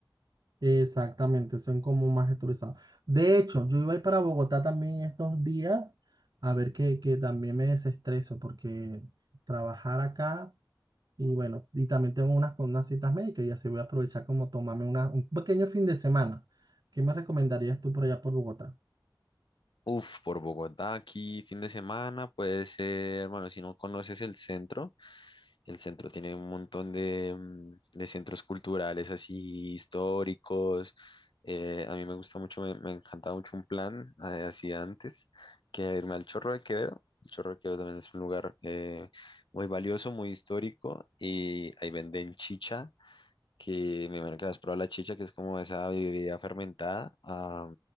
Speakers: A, on the right; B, on the left.
A: Exactamente, son como más estructurados. De hecho, yo iba a ir para Bogotá también estos días a ver que, que también me desestreso porque trabajar acá y bueno, y también tengo unas, con unas citas médicas y así voy a aprovechar como tomarme una, un pequeño fin de semana. ¿Qué me recomendarías tú por allá por Bogotá?
B: Uf, por Bogotá, aquí fin de semana puede ser, bueno, si no conoces el centro. El centro tiene un montón de, mm, de centros culturales así históricos. Eh, a mí me gusta mucho, me, me encantaba mucho un plan eh, así antes que irme al Chorro de Quevedo. El Chorro de Quevedo también es un lugar eh, muy valioso, muy histórico y ahí venden chicha que me imagino que has probado la chicha, que es como esa bebida fermentada, ah,